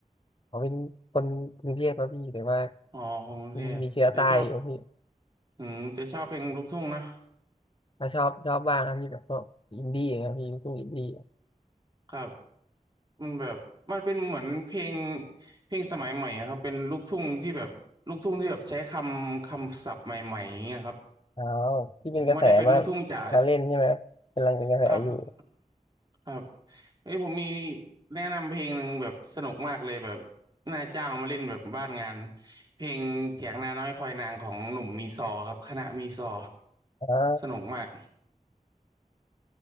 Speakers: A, on the left; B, on the right.
A: ผมเป็นคนกรุงเทพครับพี่แต่ว่า
B: อ๋อของกรุงเทพจะชอบ
A: มีมีเชื้อใต้อยู่ครับพี่
B: อืมจะชอบเพลงลูกทุ่งนะ
A: มาชอบชอบบ้างครับพี่แบบพวกอินดี้ครับพี่ลูกทุ่งอินดี้
B: ครับมันแบบมันเป็นเหมือนเพลงเพลงสมัยใหม่อะครับเป็นลูกทุ่งที่แบบลูกทุ่งที่แบบใช้คำคำศัพท์ใหม่ๆอย่างเงี้ยครับ
A: อ๋อที่เป็นกระแสมา
B: ไม่ได้เป็นลูกทุ่งจ๋า
A: มาเล่นใช่ไหมครับกำลังเป็นกระแสอยู่
B: ครับครับเอ้ยผมมีแนะนำเพลงหนึ่งแบบสนุกมากเลยแบบนาาจ้างมาเล่นแบบบ้านงานเพลงเถียงนาน้อยคอยนางของหนุ่มมีซอครับคณะมีซอ
A: อ๋อ
B: สนุกมาก